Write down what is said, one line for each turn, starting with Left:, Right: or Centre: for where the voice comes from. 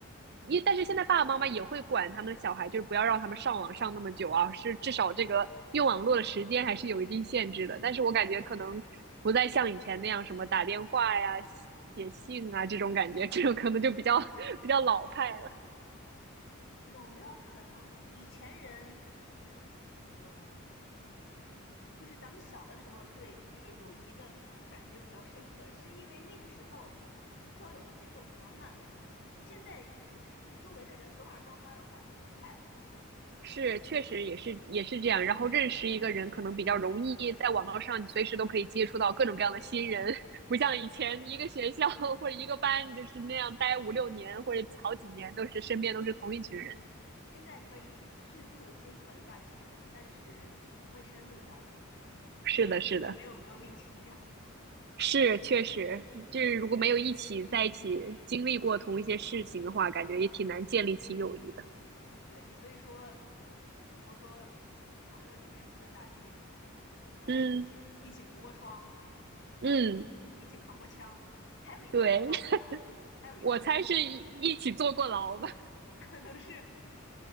Right: 一，但是现在爸爸妈妈也会管他们的小孩，就是不要让他们上网上那么久啊，是至少这个用网络的时间还是有一定限制的。但是我感觉可能不再像以前那样什么打电话呀、写信啊这种感觉，<laughs> 这种可能就比较 <laughs> 比较老派。了。
Left: 有没有可能以前人怎么说？就是咱们小的时候对那个友谊的感觉比较深刻，是因为那个时候交友的节奏比较慢，现在周围的人走马观花的换的太快了。
Right: 是，确实也是也是这样。然后认识一个人可能比较容易，在网络上你随时都可以接触到各种各样的新人，<laughs> 不像以前一个学校或者一个班，你就是那样待五六年或者好几年，都是身边都是同一群人。
Left: 现在可以迅速的接触到一大批人，但是不会深入交流，
Right: 是的，是的，
Left: 也没有革命情感。
Right: 是确实，就是如果没有一起在一起经历过同一些事情的话，感觉也挺难建立起友谊的。
Left: 对，所以说，不是说朋友里面有三大铁嘛，呃，
Right: 嗯
Left: 一起一起同过窗，然后
Right: 嗯，
Left: 一起扛过枪，还有一个我不知道是啥，
Right: 对，<laughs>
Left: 还有一个好像
Right: 我猜是一一起坐过牢吧，
Left: 可能是